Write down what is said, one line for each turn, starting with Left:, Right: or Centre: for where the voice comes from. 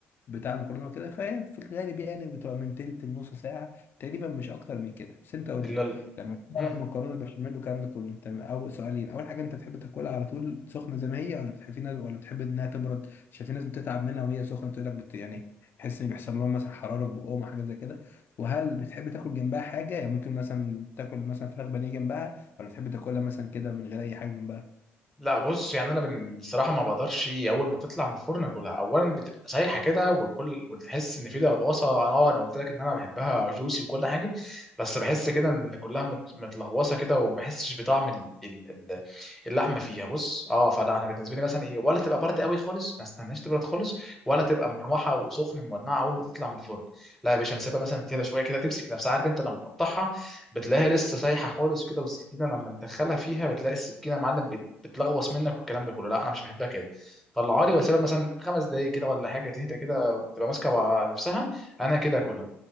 Left: بتاع المكرونه وكده فهي في الغالب يعني بتبقى من تلت لنص ساعه تقريبا مش اكتر من كده بس انت قول
Centre: يعني
Left: لي لما بتعمل
Centre: إمم.
Left: المكرونه بشاميل والكلام ده كله انت اول سؤالين اول حاجه انت بتحب تاكلها على طول سخنه زي ما هي ولا بتحب في ناس ولا بتحب انها تبرد عشان في ناس بتتعب منها وهي سخنه تقول لك بت يعني تحس ان بيحصل لهم مثلا حراره في بقهم حاجه زي كده وهل بتحب تاكل جنبها حاجه يعني ممكن مثلا تاكل مثلا فراخ بانيه جنبها ولا بتحب تاكلها مثلا كده من غير اي حاجه جنبها
Centre: لا بص يعني انا بن- الصراحه ما بقدرش اول ما تطلع من الفرن اكلها اولا بتبقى سايحه كده وكل وتحس ان في لغوصه انا اه انا قلت لك ان انا بحبها جوسي وكل حاجه بس بحس كده ان كلها مت- متلغوصه كده وما بحسش بطعم ال- ال- ال- اللحمه فيها بص اه فلا انا بالنسبه لي مثلا ايه ولا تبقى بارده قوي خالص ما استناش تبرد خالص ولا تبقى محمحه وسخنه مولعه اول ما تطلع من الفرن لا يا باشا انا سيبها مثلا كده شويه كده تمسك نفسها عارف انت لما تقطعها بتلاقيها لسه سايحه خالص كده والسكينه لما تدخلها فيها بتلاقي السكينه يا معلم بتلغوص منك والكلام ده كله لا انا مش بحبها كده طلعها لي واسيبها مثلا خمس دقايق كده ولا حاجه تهدى كده وتبقى ماسكه مع نفسها انا كده اكلها